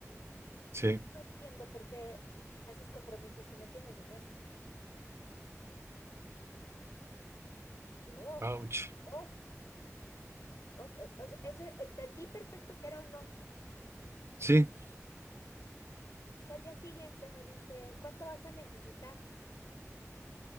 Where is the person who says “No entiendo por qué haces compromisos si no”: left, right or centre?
Left